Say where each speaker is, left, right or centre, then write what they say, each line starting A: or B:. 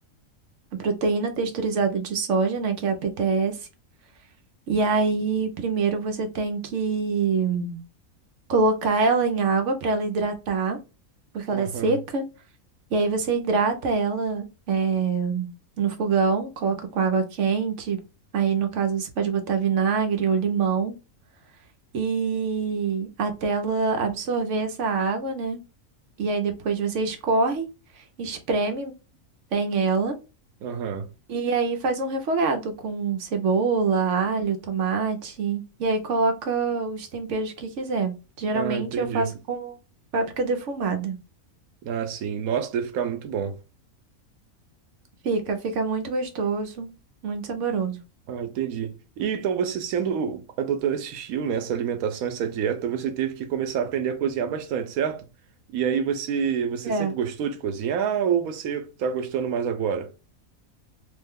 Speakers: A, on the right; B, on the right.
A: a proteína texturizada de soja, né? Que é a PTS. E aí, primeiro você tem que colocar ela em água para ela hidratar, porque ela
B: Aham,
A: é seca. E aí você hidrata ela, é, no fogão, coloca com água quente. Aí, no caso, você pode botar vinagre ou limão. e até ela absorver essa água, né? E aí depois você escorre, espreme bem ela
B: aham.
A: e aí faz um refogado com cebola, alho, tomate e aí coloca os temperos que quiser. Geralmente
B: Ah, entendi.
A: eu faço com páprica defumada.
B: Ah, sim. Nossa, deve ficar muito bom.
A: Fica, fica muito gostoso, muito saboroso.
B: Ah, entendi. E então você sendo adotando esse estilo, né, essa alimentação, essa dieta, você teve que começar a aprender a cozinhar bastante, certo? E aí você você
A: É.
B: sempre gostou de cozinhar ou você tá gostando mais agora?